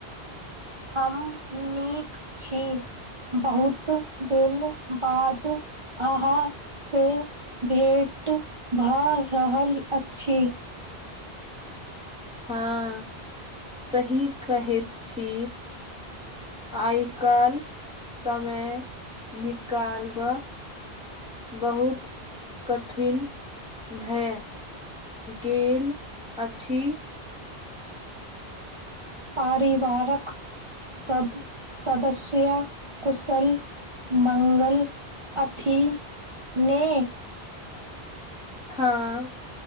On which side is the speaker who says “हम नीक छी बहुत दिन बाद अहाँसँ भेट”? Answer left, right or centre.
Right